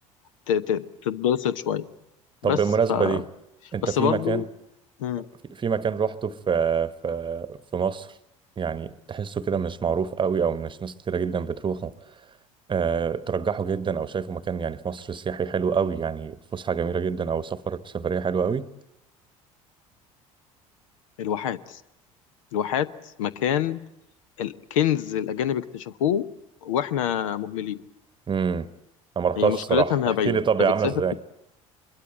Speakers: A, on the left; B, on the right.
A: ت- ت- تتبسط شوية
B: طب
A: بس
B: بالمناسبة
A: ف
B: دي انت
A: بس
B: في
A: برضو
B: مكان
A: مم.
B: في, في مكان روحته في في في مصر يعني تحسه كده مش معروف قوي او مش ناس كتيرة جدا بتروحه آه، ترجحه جدا او شايفه مكان يعني في مصر سياحي حلو قوي يعني فسحه جميله جدا او سفر سفريه حلوه قوي
A: الواحات الواحات مكان الكنز الأجانب اكتشفوه وإحنا مهملينه
B: امم انا ما رحتهاش
A: هي مشكلتها
B: الصراحه
A: إنها
B: احكي
A: بعيدة
B: لي طب
A: أنت
B: هي
A: بتسافر
B: عامله ازاي
A: كده